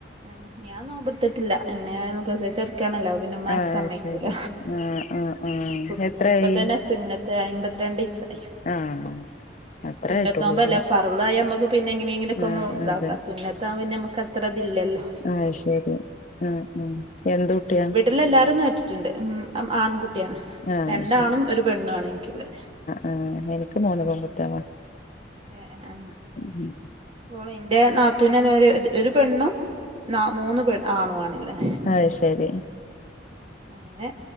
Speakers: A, on the right (about 30°); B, on the left (about 40°).
A: ആ ഞാൻ നോമ്പ്ട്ത്തിട്ടില്ല പിന്നെ പ്രസവിച്ചെട്ക്കാണല്ലോ പിന്നെമ്മ
B: ആഹ്
A: സമ്മയ്ക്കൂല
B: ശരി ആഹ് ആഹ് ആഹ്
A: കുട്ടി
B: എത്രായി
A: ഇപ്പത്തന്നെ സുന്നത്ത് അയ്മ്പത്തിരണ്ടീസായി
B: ആഹ് അത്രേ
A: സുന്നത്തോമ്പല്ലേ
B: ആയിട്ടുള്ളൂല്ലേ
A: ഫർളായാ മ്മക്ക് പിന്നെ എങ്ങനെങ്ങനെയെങ്കിലൊക്കെ ഒന്ന്
B: ആഹ് അതെ
A: താക്ക സുന്നത്താവുമ്പ പിന്നെ നമ്മക്ക് അത്ര തില്ലല്ലോ
B: അത് ശരി ആ ആ എന്ത്‌ കുട്ടിയാ
A: വീട്ടില് എല്ലാരും നോറ്റിട്ടുണ്ട് ഉം ആൺകുട്ടിയാണ്
B: ആഹ്
A: രണ്ടാണും ഒരു പെണ്ണു ആണ് എനിയ്ക്കുള്ളത്
B: ആ എനിക്ക് മൂന്ന് പൺകുട്ട്യാളാണ്
A: ഏ ആ ആ
B: ഉം ഉം
A: ഇപ്പോൾ ഇന്റെ നാത്തൂന് തേ മാതിരി ഒരു പെണ്ണും നാ മൂന്ന് പെൺ ആണു വാണ്ള്ളത്
B: അത് ശരി
A: അങ്ങനെ